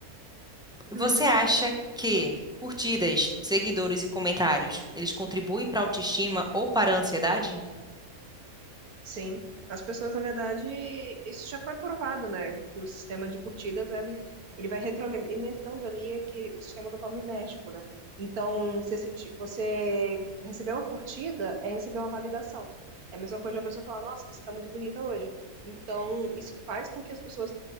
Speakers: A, in the centre; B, on the right.
A: Você
B: Uhum.
A: acha que curtidas, seguidores e comentários, eles contribuem para a autoestima ou para a ansiedade?
B: Sim, as pessoas, na verdade, isso já foi provado, né? Que o sistema de curtidas, ele, ele vai retroalimentando ali aquele, o sistema dopaminérgico, né? Então, você, senti, você receber uma curtida é receber uma validação. É a mesma coisa de uma pessoa falar, nossa, você tá muito bonita hoje. Então, isso faz com que as pessoas